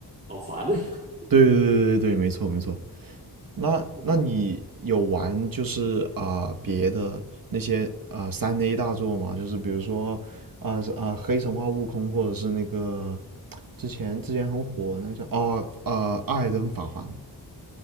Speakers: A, on the right; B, on the right.
A: 好烦的。<laughs>
B: 对对对对对，没错没错。那那你有玩就是啊、
A: 嗯哼
B: 别的那些啊三 A 大作吗？就是比如说啊是啊黑神话悟空，或者是那个之前之前很火那叫啊啊艾尔登法环。